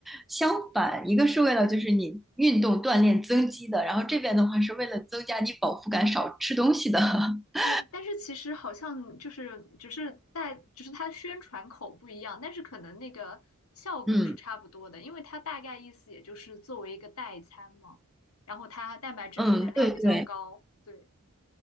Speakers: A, in the centre; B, on the left.
A: 相反。一个是为了就是你运动锻炼增肌的，然后这边的话是为了增加你饱腹感，少吃东西的。
B: <laughs>
A: <laughs>
B: 哎，但是其实好像就是只是代，只是它宣传口不一样，但是可能那个效果是差不多的，
A: 嗯
B: 因为它大概意思也就是作为一个代餐嘛，然后它蛋白质含量比较高，
A: 嗯，对对，
B: 对，